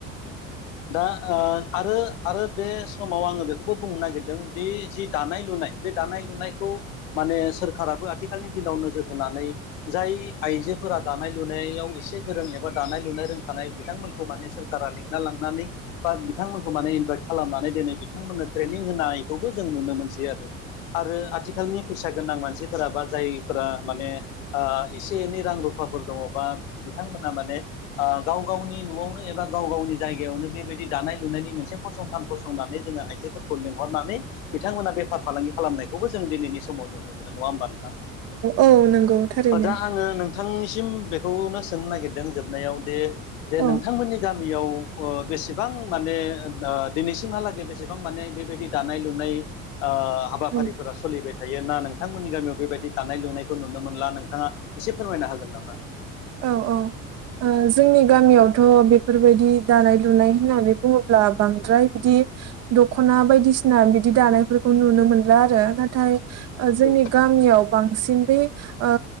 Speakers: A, on the left; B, on the right.
A: दा ओ आरो आरो बे समाव आङो बेखौबो बुंनो नागिरदों दि जि दानाय लुनाय बे दानाय लुनायखौ माने सोरखाराबो आथिखालनि दिनाव नोजोर होनानै जाय आइजोफोरा दानाय लुनायाव एसे गोरों एबा दानाय लुनाय रोंखानाय बिथांमोनखौ माने सोरखारा लेंंना लां नानै बा बिथांमोनखौ माने इनभाइट खालामनानै दोनो बिथांमोननो ट्रेनिं होनायखौबो जों नुनो मोनसै आरो आरो आथिखालनि फैसा गोनां मानसिफोरा बा जायफोरा माने ओ एसे एनै रां रुफाफोर दङ बा बिथांमोना माने गाव आ गावनि न'आवनो एबा गाव गावनि जायगायावनो बेबायदि दानाय लुनायनि मोनसे फसंथान फसंनानै जोङो आइजोफोरखौ लेंंहर नानै बिथांमोना बेफार फालांगि खालामनायखौबो जों दिनैनि समाव नुनो मोनो नङा होमबा नोंथां
B: औ नोंगौ थारैनो
A: दा आङो नोंथांनिसिम बेखौनो सोंनो नागिरदों जोबनायाव दि जे
B: औ
A: नोंथांमोननि गामियाव बेसेबां माने दिनैसिमहालागै बेसेबां माने बेबायदि दानाय लुनाय ओ हाबाफारिफोरा
B: औ
A: सोलिबाय थायो ना नोंथांमोननि गामियाव बेबायदि दानाय लुनायखौ नुनो मोनला नोंथाङा एसे फोरमायनो हागोन नामा
B: औ औ जोंनि गामियावथ' बेफोरबायदि दानाय लुनाय होननानै बुङोब्ला बांद्राय बिदि दखना बायदिसिना बिदि दानायफोरखौ नुनो मोनला आरो नाथाय जोंनि
A: औ
B: गामियाव बांसिन बेै ओ